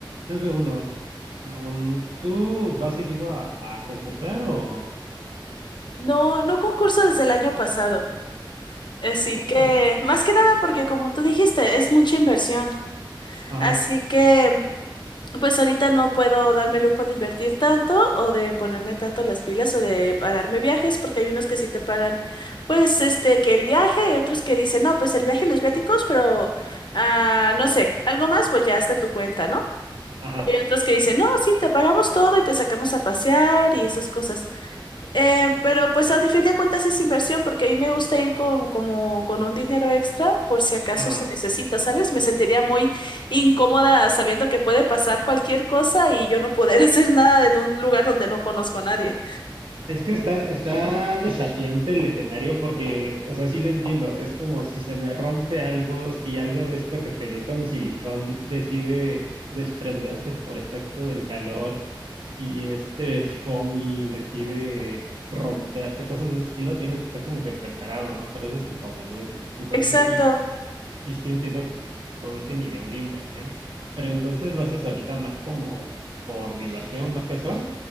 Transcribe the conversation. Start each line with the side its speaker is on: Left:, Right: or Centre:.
Right: no veo uno. Am, ¿tú vas seguido a, a concursar o?
Left: No, no concurso desde el año pasado. Así
Right: Oh,
Left: que, más que nada porque como tú dijiste, es mucha inversión.
Right: ajá,
Left: Así que, pues ahorita no puedo darme el lujo de invertir tanto o de ponerme tanto las pilas o de pagarme viajes porque hay unos que sí te pagan, pues, este, que el viaje y otros que dicen, no, pues el viaje y los viáticos, pero, ah, no sé, algo más, pues ya es de tu cuenta, ¿no?
Right: ajá,
Left: Y hay otros que dicen, no, sí, te pagamos todo y te sacamos a pasear y esas cosas. Eh, pero pues a fin de cuentas es inversión porque a mí me gusta ir con, como con un dinero extra por si acaso
Right: ajá.
Left: se necesita, ¿sabes? Me sentiría muy incómoda sabiendo que puede pasar cualquier cosa y yo no poder <laughs> hacer nada en un lugar donde no conozco a nadie.
Right: Es que está, está desafiante el escenario porque, o sea, sí lo entiendo. Es como si se me rompe algo, si algo de esto que pegué con silicón decide desprenderse por efecto del calor, si este foamy decide romperse, cosas de ese estilo, tienes que estar como que preparado, ¿no? Para esos inconvenientes. Entonces
Left: Exacto.
Right: sí, sí, sí, sí entiendo como que todo ese nivel de inversión. Pero entonces lo haces ahorita más como por diversión, más casual.